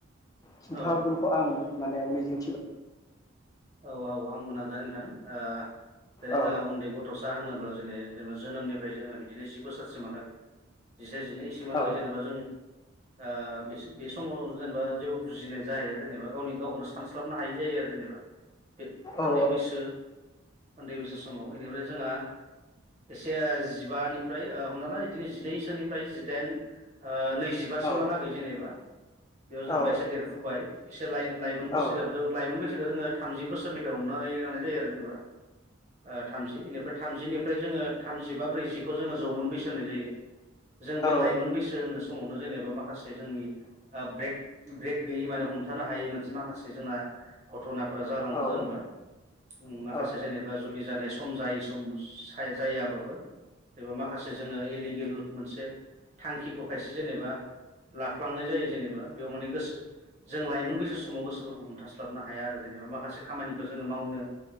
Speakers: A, on the left; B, on the right.
A: खिन्थाहरगोनखौ
B: औ
A: आं माने मिजिं
B: औ औ आं <unintelligible> <unintelligible> नोंथां ओ जेरै
A: औ
B: जोंहा उन्दै गथ'सा होनोब्ला जेरै जेनेबा जोनोमनिफ्राय जोंङो बिदिनो जि बोसोरसिम हालागै जिसे जिनै इसेमहालागै
A: औ
B: जेनेबा जों ओ बेस-बेसमाव जेनेबा जेबो बुजिनाय जाहैया जेनेबा गावनि गावखौनो सानस्लाबनो हायि जायो आरो जेनेबा। बे उन्दै
A: औ
B: बैसो उन्दै बैसो समाव बेनिफ्राय जोंहा एसे जिबानिफ्राय ओ हमना ला इदिनो जिनैसोनिफ्राय जिदाइन ओ नैजिबासिमहालागै
A: औ
B: जेनेबा बेयाव जेनेबा
A: औ
B: एसे देरफुबाय एसे लाइ-लाइमोन बैसो
A: औ
B: जाबाय बैसोखौ जोंङो थामजि बोसोरनिफ्राय हमनानै लानाय जायो आरो जेनेबा। ओ थामजि बेनिफ्राय थामजिनि निफ्राय जोंङो थामजिबा ब्रैजिखौ जोंङो जौमोन बैसो होनाय जायो। जों बे
A: औ
B: लाइमोन बैसो होननो समावनो जेनबा माखासे जोंनि ब्रेक ब्रेक गैयि माने हमथानो हायि मोनसे माखासे जोंना घथ'ना फोरा जालांङो
A: औ
B: जेनेबा
A: औ
B: उम माखासे
A: औ
B: जेनेबा जुलि जानाय सम जायि सम साया जायाबाबो। एबा माखासे जोंङो इलिगेल मोनसे थांखिखौ खायसे जेनेबा ला फ्लांनाय जायो जेनेबा बेयाव माने गोसो जों लाइमोन बैसो समाव गोसोफोरखौ हमथास्ला स्लाबनो हाया आरो जेनेबा माखासे खामानिखौ जोंङो मावनो